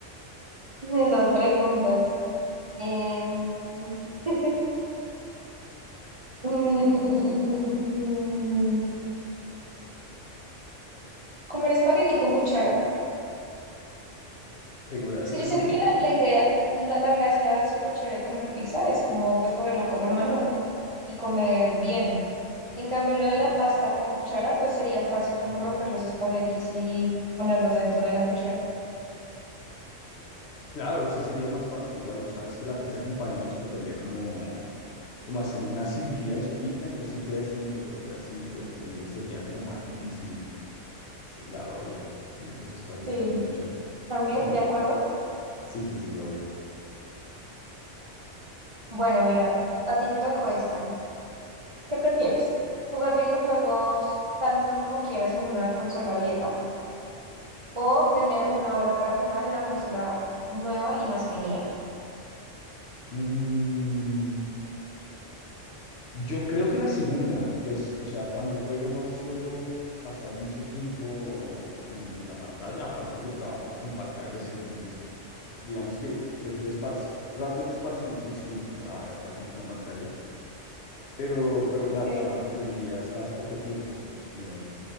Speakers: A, on the right (about 50°); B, on the left (about 60°).
A: Esas preguntas. Em, <laughs> mm, mm, mm, mm, mm, mm. mm. mm. comer espagueti con cuchara.
B: Segura, eh,
A: Es
B: pe-
A: que yo
B: no,
A: siento
B: no-
A: que la, la idea, la, la gracia súper chévere de comer pizza es como pues cogerla con la mano, ¿no? Y comer bien. En cambio, lo
B: sí.
A: de la pasta con cuchara, pues sería fácil como
B: Mm.
A: romper los espaguetis y ponerlos dentro de la cuchara.
B: Claro, sí sería más fácil igual. O sea, es que la pizza con palillos tocaría como, como hacerle una cirugía chiquita, entonces ir pedacito por pedacito. Entonces sería como más difícil. Sí, claro, obvio. Los espaguetis
A: Sí,
B: con cuchara.
A: también,
B: <laughs>
A: de acuerdo.
B: Sí, sí, sí, obvio.
A: Bueno, mira, a ti te tocó esta. ¿Qué prefieres? ¿Jugar videojuegos tanto como quieras en una consola vieja o tener una hora para jugar en la consola nueva y más genial?
B: Mm, Yo creo que la segunda, pues, o sea, cuando juego no suelo pasar mucho tiempo en, en la pantalla, aparte que trabajo con pantallas, entonces, digamos que prefiero esparci- ratos de esparcimiento distintos a estar frente a una pantalla, pero, pero
A: Okay,
B: claro, o sea, preferiría estar poco tiempo eh,